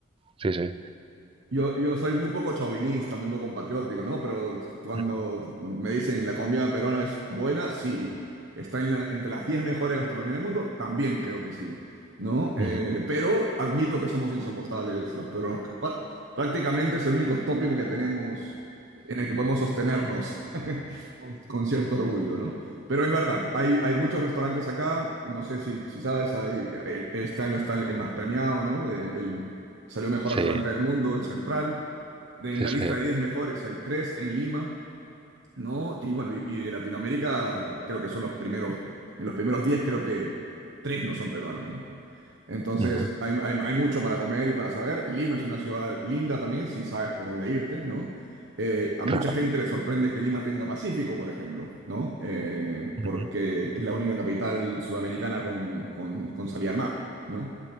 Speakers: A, on the right; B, on the right.
A: Sí, sí.
B: Yo, yo soy muy poco chauvinista, muy poco patriótico, ¿no? Pero cuando
A: Ujú,
B: me dicen la comida peruana es buena, sí. Está en la- entre las 10 mejores gastronomías del mundo, también creo que sí, ¿no? Eh,
A: ujú.
B: pero admito que somos insoportables los peruanos. Pr- Prácticamente es el único tópico que tenemos en el que podemos sostenernos <laughs> con, con cierto orgullo, ¿no? Pero es verdad, hay, hay muchos restaurantes acá, no sé si, si sabes, hay, hay- este año está el, el más premiado, ¿no? De- el, Salió mejor
A: Sí,
B: restaurante del mundo, el Central. De- en
A: sí,
B: la
A: sí.
B: lista de 10 mejores hay 3 en Lima, ¿no? Y bueno, y, y de Latinoamérica creo que son los primeros, en los primeros 10 creo que 3 no son peruanos, ¿no? Entonces,
A: Ujú,
B: hay, hay- hay mucho para comer y para saber. Lima es una ciudad linda también, si sabes por dónde irte, ¿no? Eh, a
A: Claro.
B: mucha gente le sorprende que Lima tenga Pacífico, por ejemplo, ¿no? Eh,
A: ujú.
B: porque es la única capital sudamericana con, con- con salida al mar, ¿no?